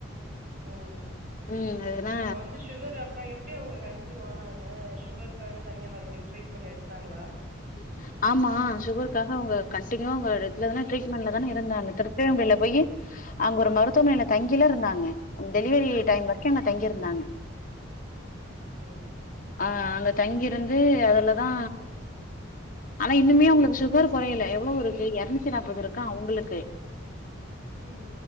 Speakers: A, on the right (about 40°); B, on the left (about 40°).
A: ம்
B: ம் அதுனா
A: அப்ப வந்து சுகர் அப் ப எப்டி அவங்க கன்சீவ் ஆனாங்க சுகருக்காக தனியா மறுபடியு ட்ரீட்மெண்ட் எடுத்தாங்களா
B: <inaudible> <unintelligible> ஆமா சுகருக்காக அவங்க கண்டின்யூவா அவங்க ரெகுலரான ட்ரீட்மெண்ட்ல தானே இருந்தாங்க திருப்பியு அவங்கள்ள போய் அங்க ஒரு மருத்துவமனைல தங்கிலா இருந்தாங்க டெலிவரி டைம் வரைக்கு அங்க தங்கி இருந்தாங்க <inaudible>
A: ம்
B: ஆ அங்க தங்கிருந்து அதுலதா ஆனா இன்னுமே அவங்கனுககு சுகர் கொறையல எவ்ளோ இருக்கு எர்நூ அன்ஜி நாற்பது இருக்கா உங்களுக்கு
A: ம்